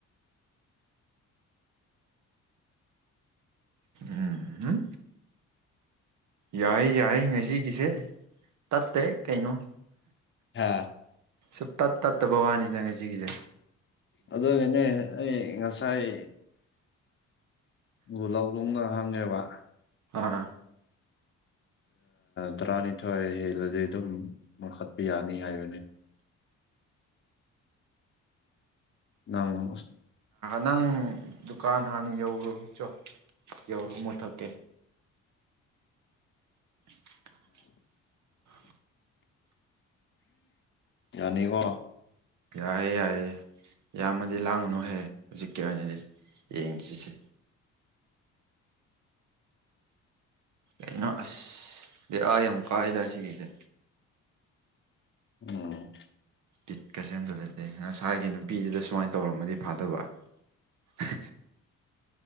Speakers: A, on the right; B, on the left.
A: ꯎꯝꯝ ꯌꯥꯏ ꯌꯥꯏ ꯉꯁꯤꯒꯤꯁꯦ ꯇꯠꯇꯦ ꯀꯩꯅꯣ
B: ꯍꯥꯥ
A: ꯁꯨꯝ ꯇꯠ ꯇꯠꯇꯕ ꯋꯥꯅꯤꯗꯪ ꯉ ꯁꯤꯒꯤꯁꯦ
B: ꯑꯗꯣ ꯏꯅꯦ ꯑꯩ ꯉꯁꯥꯏ ꯒꯨ ꯂꯧꯧꯂꯅꯨꯡꯅ ꯍꯪꯉꯦꯕ
A: ꯑꯥ
B: ꯇꯔꯥꯅꯤꯊꯣꯏ ꯍꯦꯜꯂꯗꯤ ꯑꯗꯨꯝ ꯃꯈꯈꯠꯄ ꯌꯥꯅꯤ ꯍꯥꯏꯕꯅꯦ ꯪ <unintelligible>
A: ꯅꯪ ꯗꯨꯀꯥꯟ ꯍꯥꯟꯅ ꯌꯧꯔꯨꯔ ꯆꯣ ꯌꯧꯔꯣ ꯃꯨꯊꯛꯀꯦ <inaudible>
B: ꯌꯥꯅꯤꯀꯣ
A: ꯌꯥꯏꯑꯦ ꯌꯥꯏꯑ ꯌꯥ ꯃ ꯂꯥꯡꯥꯡꯅꯣꯍꯦ
B: ꯎꯝ
A: ꯍꯧꯖꯤ ꯀ ꯑꯣꯏꯅꯗꯤ ꯌꯦꯡꯁꯤꯁꯦ ꯀꯩꯅꯣ ꯑꯁ ꯕꯤꯦꯔꯥ ꯌꯥꯝ ꯀꯥꯏꯗ ꯁꯤꯒꯤꯁꯦ
B: ꯎꯝ
A: ꯕꯤꯠꯀꯁꯦ ꯑꯝꯇ ꯂꯩꯇꯦ ꯉꯁꯥꯏꯒꯤ ꯅꯨꯄꯤꯗꯨꯗ ꯁꯨꯃꯥꯏꯅ ꯇꯧꯔꯝꯃꯗꯤ ꯐꯥꯗꯧꯕ <inaudible>